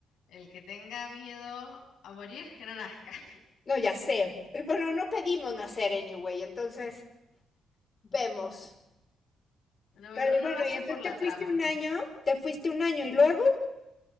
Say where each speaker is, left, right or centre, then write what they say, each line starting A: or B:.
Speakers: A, on the left (about 80°); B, on the left (about 35°).
A: el que tenga miedo a morir, que no nazca. <laughs>
B: No, ya sé. Bueno, no pedimos nacer anyway, entonces vemos.
A: No,
B: Pero
A: pero uno
B: y bueno,
A: lo hace
B: y entonces
A: por la
B: te
A: trama.
B: fuiste un año, te fuiste un año y luego,